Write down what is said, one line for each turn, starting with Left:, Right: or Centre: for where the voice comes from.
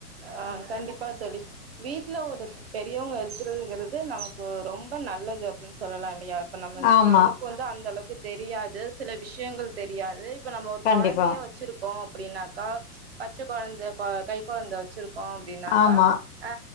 Right: ஆ கண்டிப்பா தோழி வீட்ல ஒரு பெரியவங்க இருக்கிறதுங்கிறது நமக்கு ரொ ரொம்ப நல்லது ன்னு சொல்லலா இல்லையா இப்ப நம்மள்
Left: ஆமா
Right: நமக்கு வந்து அந்த அளவுக்கு தெரியாது சில விஷயங்கள் தெரியாது இப்ப நம்ம ஒரு
Left: கண்டிப்பா
Right: கொழந்தையே வச்சிருக்கோ அப்டின்னாக்கா பச்சக் கொழந்த கொ கைக் கொழந்த வச் இருக்கோ அப்டின்னாக்கா
Left: ஆமா
Right: ஆ